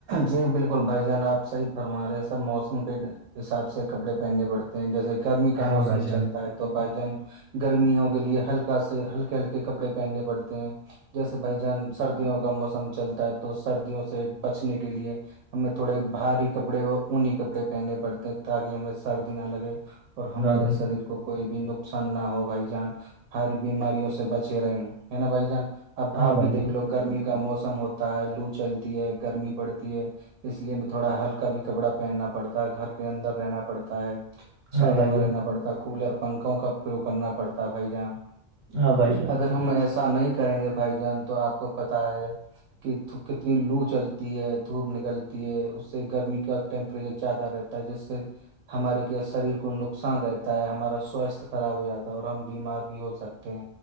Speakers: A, on the right; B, on the right.
A: جی بالکل بھائی جان آپ صحیح فرما رہے ہیں سب موسم کے حساب سے کپڑے پہننے پڑتے جیسے گرمی کا
B: ہاں
A: موسم
B: بھائی
A: چلتا
B: جان
A: ہے تو بھائی جان گرمیوں کے لیے ہلکا سے ہلک ہلکے کپڑے پہننے پڑتے ہیں جیسے بھائی جان سردیوں کا موسم چلتا ہے تو سردیوں سے بچنے کے لیے ہمیں تھوڑے بھاری کپڑے اور اونی کپڑے پہننے پڑتے ہیں تاکہ ہمیں سردی نہ لگے اور ہمارے
B: ہاں بھائی جان
A: شریر کو کوئی بھی نقصان نہ ہو بھائی جان ہاری بیماریوں سے بچے رہے ہے نا بھائی جان اب
B: ہاں
A: آپ
B: بھائی
A: ہی دیکھ
B: جان
A: لو گرمی کا موسم ہوتا ہے لو چلتی ہے گرمی پڑتی ہے اس لیے تھوڑا ہلکا بھی کپڑا پہننا پڑتا ہے گھر کے اندر رہنا پڑتا ہے چھایا
B: ہاں بھائی
A: میں
B: جان
A: رہنا پڑتا کولر پنکھوں کا پروگ کرنا پڑتا ہے بھائی جان
B: ہاں بھائی جان
A: اگر ہم ایسا ا نہیں کریں گے بھائی جان تو آپ کو پت ہے کہ کتنی لو چل <unintelligible> تی ہے دھوپ نکلتی ہے اس سے گرمی کا ٹیمپریچر زیادہ رہتا ہے جس سے ہمارے شریر کو نقصان رہتا ہے ہمارا سواستھ خراب ہو جاتا ہے اور ہم بیمار بھی ہو سکتے